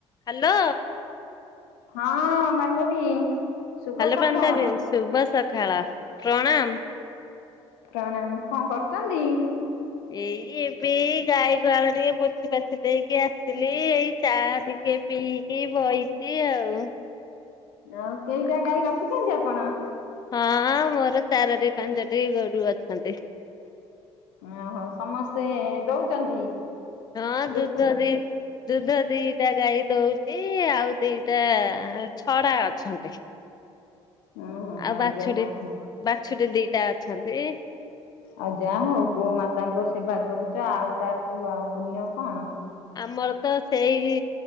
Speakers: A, on the left; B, on the left.
A: <inaudible> ହ୍ୟାଲୋ।
B: ହଁ ବାନ୍ଧବୀ ଶୁଭ
A: ହଲୋ
B: ସକାଳ।
A: ପ୍ରତା ଶୁଭ ସକାଳ ପ୍ରଣାମ।
B: ପ୍ରଣାମ କଣ କରୁଛନ୍ତି?
A: ଏଇ ଏବେ ଗାଈଗଳ ଟିକେ ପୋଛି ପାଛି ଦେଇକି ଆସିଲି ଏଇ ଚା ଦ ଟିକେ ପିଇକି ବହିଛି ଆଉ।
B: ଆଉ କେଇଟା ଗାଈ ରଖିଛନ୍ତି ଆପଣ
A: ହଁ ମୋର ଚାରୋଟି ପାଞ୍ଚଟି ଗୋରୁ ଅଛନ୍ତି।
B: ଓହୋ ସମସ୍ତେ ଦଉଛନ୍ତି।
A: ହଁ ଦୁଧରେ
B: ଦୁଗ୍ଧ?
A: ଦୁଧ ଦିଟା ଗାଈ ଦଉଛି ଆଉ ଦିଟା ଛରା ଅଛନ୍ତି।
B: ଉଁ ହଁ
A: ଆଉ ବାଛୁରୁରୀ
B: ଯାହା ହଉ
A: ବାଛୁରୀ ଦିଟା ଅଛନ୍ତି।
B: ଆଉ ଯା ହଉ ଗୋ ମାତାଙ୍କ ସେବା କରୁଛ ଆଉ ତାଠକୁ ଆଉ ପୁଣ୍ୟ କଣ
A: ଆମର ତ ସେଇ